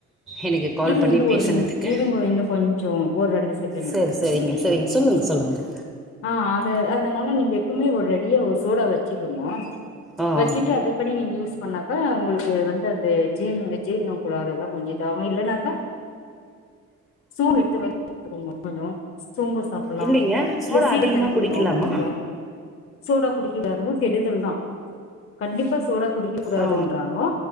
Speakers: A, in the centre; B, on the left.
A: எனக்கு கால்
B: இருங்க
A: பண்ணி
B: இன்னு
A: பேசுனதுக்கு
B: ஒரு நிம் இருங்க இன்னு கொஞ்சோ ஒரு ரெண்டு செகண்ட்
A: சரி
B: இருங்க
A: சரிங்க
B: ஒரு நிமிஷோ
A: சரிங்க சொல்லுங்கள் சொல்லுங்கள்
B: ஆ அது அதனால நீங்க எப்புமே ஒரு ரெடியா ஒரு சோடா வச்சுக்குங்க
A: ஆ
B: வச்சிட்டு அது பண்ணி நீங்க யூ ஸ் பண்ணாக்கா உங்குளுக்கு வந்து அந்த ஜீ ஜீரண கோளார எல்லா கொஞ்சோ இதா இல்ன்னாக்கா சூ <unintelligible> சோம்பு சாப்பிடலா
A: இல்லைங்க சோடா
B: இல்ல சீரக
A: அதிகமாக
B: தண்ணி குடிக்கணு
A: குடிக்கலாமா
B: முடிஞ்சா சோடா குடிக்க கூடாதுங்க கெடுதல்தா கண்டிப்பா சோடா குடிக்கக்க கூடாதுன்றாங்கோ
A: ஆ